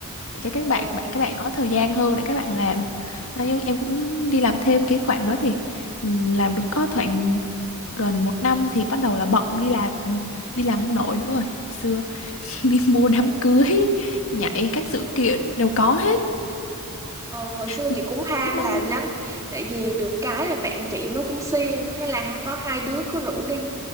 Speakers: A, on the left; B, on the right.
A: để cho các
B: Ừ.
A: bạn bạn các bạn có thời gian hơn để các bạn làm à, nhưng em cũng đi làm thêm cái khoảng đó thì ừ, làm được có khoảng gần một năm thì bắt đầu là bận đi làm đi làm không nổi nữa
B: Ừ.
A: rồi
B: ừ,
A: xưa <laughs> đi mua đám
B: ừ.
A: cưới nhảy các sự kiện đều có hết
B: Ừ, hồi xưa
A: thích
B: chị cũng ham
A: lắm
B: làm
A: luôn
B: lắm tại vì được cái là bạn chị nó cũng siêng thế là có hai đứa cứ rủ đi